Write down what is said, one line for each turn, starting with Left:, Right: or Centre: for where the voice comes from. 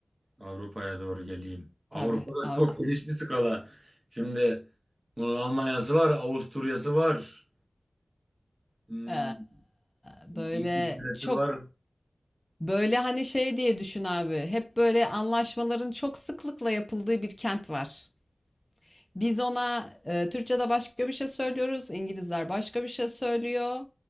Right: Avrupa'ya doğru geleyim. Avrupa'da
Left: Tabii Avrupa.
Right: çok geniş bir skala. Şimdi bunun Almanya'sı var, Avusturya'sı var. Hmm,
Left: Ee, böyle
Right: İngiltere'si
Left: çok
Right: var.
Left: böyle hani şey diye düşün abi. Hep böyle anlaşmaların çok sıklıkla yapıldığı bir kent var. Biz ona e, Türkçe'de başka bir şey söylüyoruz. İngilizler başka bir şey söylüyor.